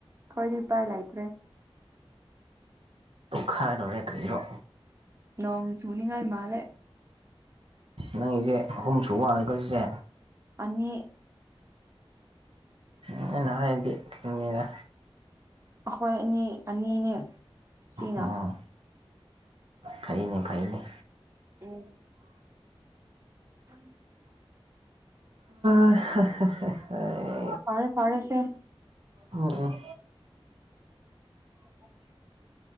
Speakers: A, on the right; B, on the right.
A: ꯈꯣꯏꯗꯤ ꯎꯄꯥꯏ ꯂꯩꯇ꯭ꯔꯦ
B: ꯈꯥꯏꯔ ꯂꯣꯏꯔꯦ ꯀꯩꯅꯣ
A: ꯅꯣꯡ ꯆꯨꯅꯤ ꯉꯥꯏ ꯃꯥꯂꯦ
B: ꯅꯪꯒꯤꯁꯦ ꯑꯍꯨꯝ ꯁꯨ ꯃꯥꯂꯦꯀꯣ ꯁꯤꯁꯦ
A: ꯑꯅꯤ
B: ꯑꯩꯅ ꯍꯥꯏꯗꯤ ꯈꯪꯉꯦꯔ
A: ꯑꯈꯣꯏ ꯑꯅꯤ ꯑꯅꯤꯅꯦ ꯁꯤꯅ
B: ꯎꯝ ꯐꯩꯅꯦ ꯐꯩꯅꯦ
A: ꯎꯝ <inaudible>
B: <inaudible>
A: ꯐꯥꯔꯦ ꯐꯥꯔꯦꯁꯦ
B: ꯎꯝ ꯎꯝ
A: <inaudible>